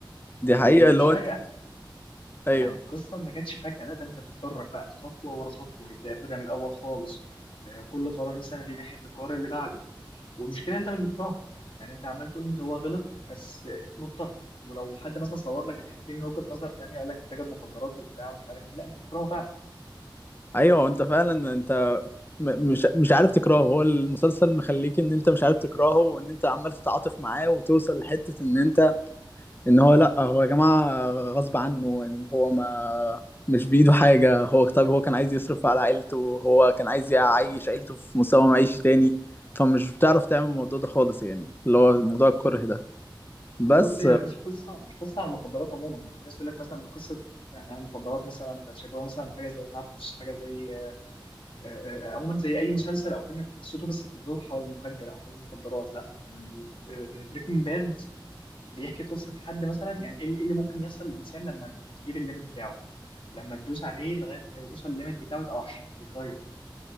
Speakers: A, on the left (about 80°); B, on the left (about 25°).
A: ومش
B: دي حقيقه اللي هو
A: فجأة
B: انت ايوه
A: يعني القصة ما جاتش فجأة لا ده أنت بتدرج بقى خطوة ورا خطوة يبدأ ياخدها من الأول خالص آه، كل قرار مثلا بيمهد للقرار اللي بعده والمشكلة أنت مش بتكرهه يعني أنت عمال تقول أنت هو غلط بس آه، مضطر ولو حد مثلا صور لك الحتة دي من وجهة نظر تانية قال لك تاجر مخدرات وبتاع ومش عارف مين لا أنت تكرهه فعلا
B: ايوه انت فعلا انت م- مش مش عارف تكرهه هو المسلسل مخليك ان انت مش عارف تكرهه وان انت عمال تتعاطف معاه وتوصل لحته ان انت ان هو لا هو يا جماعه غصب عنه ان هو ما مش بايده حاجه هو طيب هو كان عايز يصرف على عيلته هو كان عايز يعيش عيلته في مستوى معيشي تاني فمش بتعرف تعمل الموضوع ده خالص يعني اللي هو موضوع الكره ده بس
A: بالظبط هي مش قصه مش قصه على المخدرات عموما يعني في ناس يقول لك مثلا دي قصه يعني على المخدرات مثلا انت تشبهه مثلا في حاجه زي ناركوس حاجه زي آه، آه، آه، عموما زي اي مسلسل او فيلم قصته بس بتدور حول المخدر او حول المخدرات لا يعني بريكنج باد بيحكي قصه حد مثلا يعني ايه إيه اللي ممكن يحصل للانسان لما تجيب الليميت بتاعه لما تدوس عليه لغايه ما توصل الليميت بتاعه يبقى وحش يتغير